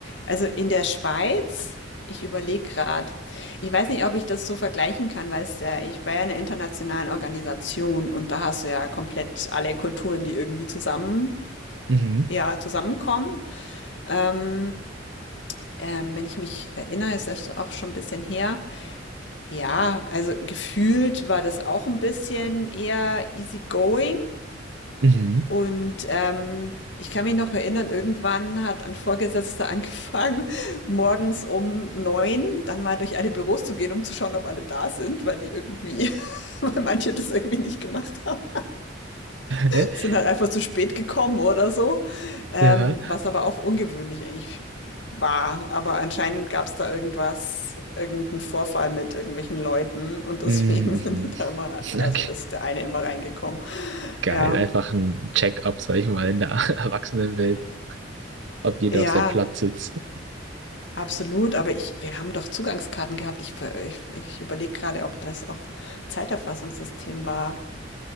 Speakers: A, on the left; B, on the right.
A: Also in der Schweiz, ich überlege gerade. Ich weiß nicht, ob ich das so vergleichen kann, weil es ja, ich war ja in einer internationalen Organisation und da hast du ja komplett alle Kulturen, die irgendwie zusammen,
B: Mhm,
A: ja, zusammenkommen. Ähm, ähm, wenn ich mich erinnere, ist das auch schon ein bisschen her. Ja, also gefühlt war das auch ein bisschen eher easygoing.
B: mhm.
A: Und ähm, ich kann mich noch erinnern, irgendwann hat ein Vorgesetzter angefangen, <laughs> morgens um neun dann mal durch alle Büros zu gehen, um zu schauen, ob alle da sind, weil die irgendwie, <laughs> weil manche das irgendwie nicht gemacht haben
B: <laughs>
A: sind halt einfach zu spät gekommen oder so. Ähm,
B: Ja,
A: was aber auch ungewöhnlich eigentlich war. Aber anscheinend gab es da irgendwas, irgendeinen Vorfall mit irgendwelchen Leuten und deswegen
B: mhm. mhm.
A: <laughs> sind die da immer,
B: Okay.
A: also ist der eine immer reingekommen.
B: Geil,
A: Ja,
B: einfach ein Check-up, sag ich mal, in der <laughs> Erwachsenenwelt, ob jeder
A: ja,
B: auf seinem Platz sitzt.
A: absolut. Aber ich, wir haben doch Zugangskarten gehabt. Ich, ver- ich, ich überlege gerade, ob das auch Zeiterfassungssystem war.